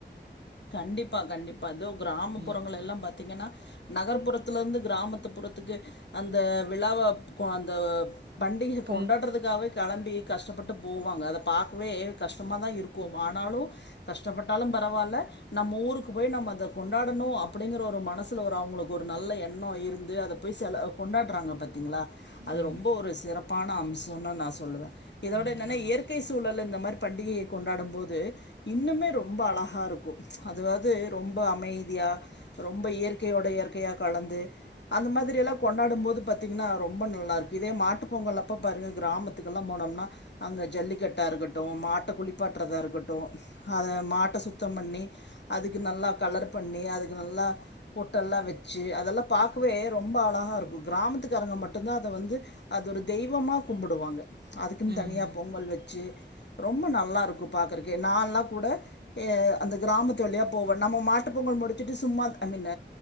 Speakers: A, on the left (about 65°); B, on the right (about 60°).
A: கண்டிப்பா கண்டிப் ப அதுவு கிராமப்புறங்களெல்லா
B: ம்
A: பாத்தீங்கன்னா நகர்ப்புறத்துலருந்து கிராமத்து புறத்துக்கு அந்த விழாவ கொ அந்த பண்டிகை
B: பொங்
A: கொண்டாடுறதுக்காகவே கெளம்பி கஷ்டப்பட்டு போவாங்க அத பாக்கவே கஷ்டமா தா இருக்கு ஆனாலு கஷ்டப்பட்டாலு பரவால்ல நம்ம ஊருக்கு போய் நம்ம அத கொண்டாடனு அப்டிங்கிற ஒரு மனசுல ஒரு அவங்களுக்கு ஒரு நல்ல எண்ணோ இருந்து அத போய் செல கொண்டாட்றாங்க பாத்தீங்ளா அது
B: ம்
A: ரொம்ப ஒரு சிறப்பான அம்சம்னு நா சொல்லுவே இதோட
B: ம்
A: என்னன்னா
B: ஆமா
A: இயற்கை சூழலு இந்த மாரி பண்டிகைய கொண்டாடும் போது இன்னுமே ரொம்ப அழஹாருக்கு அது வந்து ரொம்ப அமைதியா ரொம்ப இயற்கையோட இயற்கையா கலந்து அந்த மாதிரியெல்லா கொண்டாடும் போது பாத்தீங்கன்னா ரொம்ப நல்லா இருக்கு இதே மாட்டு பொங்கல் அப்ப பாருங்க கிராமத்துக்கெல்லா போனோம்னா அங்க ஜல்லிக்கட்டா இருக்கட்டும் மாட்ட குளிப்பாட்டுறதா இருக்கட்டும் அத மாட்ட சுத்தம் பண்ணி அதுக்கு நல்லா கலர் பண்ணி அதுக்கு நல்லா பொட்டெல்லா வச்சு அதெல்லா பாக்கவே ரொம்ப அழகா இருக்கும் கிராமத்துக்காரங்க மட்டும்தா அத வந்து அது ஒரு தெய்வமா கும்பிடுவாங்க அதுக்குன்னு
B: ம்
A: தனியா பொங்கல் வச்சி ரொம்ப நல்லா இருக்கு பாக்குறக்கு நால்லா கூட எ அந்தக் கிராமத்து வழியா போவோ நம்ம மாட்டு பொங்கல் முடிச்சிட்டு சும்மா அந்த ந